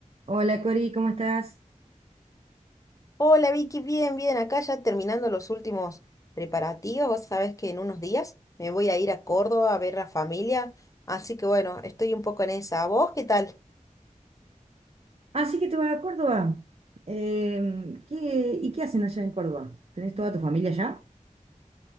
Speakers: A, on the right; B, on the left.
A: Hola Cori, ¿cómo estás?
B: Hola Vicky, bien, bien, acá ya terminando los últimos preparativos, vos sabés que en unos días me voy a ir a Córdoba a ver la familia, así que bueno, estoy un poco en esa. ¿Vos qué tal?
A: Así que te vas a Córdoba. Em, ¿qué- y qué hacen allá en Córdoba? ¿Tenés toda tu familia allá?